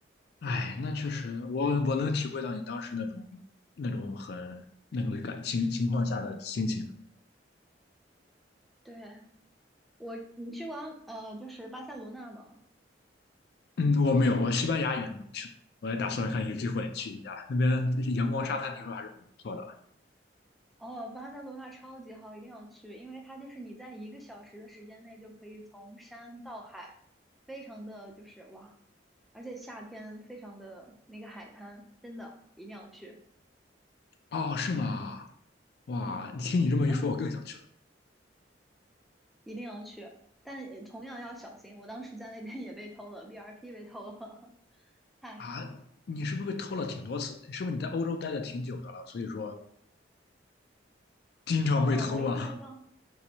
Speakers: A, on the left; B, in the centre.
A: 哎，那确实，我我能体会到你当时那种那种很那种感情情况下的心情。
B: 对，我，你去过阿呃就是巴塞罗那吗？
A: 嗯，我没有，我西班牙也没有去过，我也打算看有机会去一下，那边阳光沙滩听说还是不错的。
B: 哦哦，巴塞罗那超级好，一定要去，因为它就是你在一个小时的时间内就可以从山到海，非常的就是哇，而且夏天非常的那个海滩，真的一定要去，
A: 哦，是吗？哇，听你这么一说，
B: 嗯，
A: 我更想去了
B: 一定要去，但也同样要小心，我当时在那边也被偷了 b r P 被偷了，<laughs> 唉，
A: 啊！你是不是被偷了挺多次？是不是你在欧洲待的挺久的了，所以说经常被偷啊？
B: 哦，我因为当